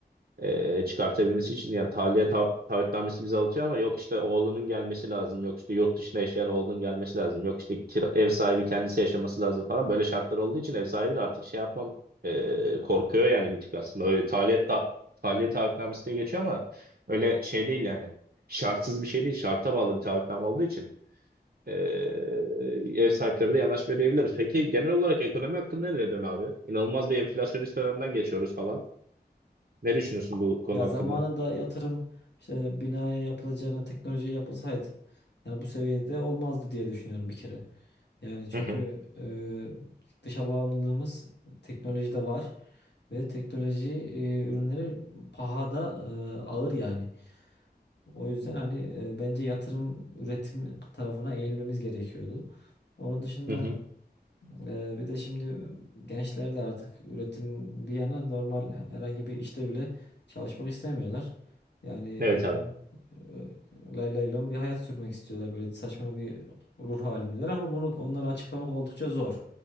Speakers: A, on the right; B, on the left.
A: e, çıkartabilmesi için yani tahliye ta taahhütnamesi bize alıyor ama yok işte oğlunun gelmesi lazım yok işte yurt dışına yaşayan oğlunun gelmesi lazım yok işte kira- ev sahibi kendisi yaşaması lazım falan böyle şartlar olduğu için ev sahibi de artık şey yapmam e, korkuyor yani bir tık aslında öyle tahliye ta tahliye taahhütnamesi diye geçiyor ama öyle şey değil yani şartsız bir şey değil şarta bağlı bir taahhütname olduğu için e, ev sahipleri de yanaş verebilir. Peki genel olarak ekonomi hakkında ne diyorsun abi? İnanılmaz bir enflasyonist dönemden geçiyoruz falan. Ne düşünüyorsun bu konu
B: Ya
A: hakkında?
B: zamanında yatırım işte binaya yapılacağına teknoloji yapılsaydı yani bu seviyede olmazdı diye düşünüyorum bir kere. Yani çünkü
A: Hı hı,
B: e, dışa bağımlılığımız teknolojide var ve teknoloji e, ürünleri pahada e, ağır yani. O yüzden hani e, bence yatırım üretim tarafına eğilmemiz gerekiyordu. Onun dışında
A: hı hı.
B: ee, bir de şimdi gençler de artık üretim bir yana normal herhangi bir işte bile çalışmak istemiyorlar. Yani
A: Evet abi.
B: e, e, lay lay lom bir hayat sürmek istiyorlar. Böyle saçma bir ruh halindeler ama bunu onlara açıklamak oldukça zor.